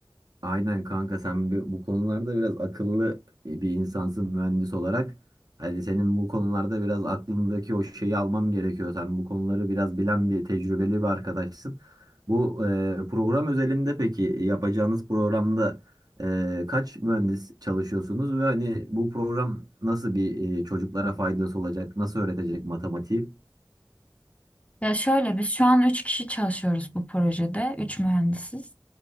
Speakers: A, on the right; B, on the left.
A: Aynen kanka sen bi- bu konularda biraz akıllı bir insansın mühendis olarak. Hadi senin bu konularda biraz aklındaki o şeyi almam gerekiyor. Sen bu konuları biraz bilen bir tecrübeli bir arkadaşsın. Bu e, program özelinde peki yapacağınız programda e, kaç mühendis çalışıyorsunuz ve hani bu program nasıl bir e, çocuklara faydası olacak? Nasıl öğretecek matematiği?
B: Ya şöyle biz şu an 3 kişi çalışıyoruz bu projede. üç mühendisiz.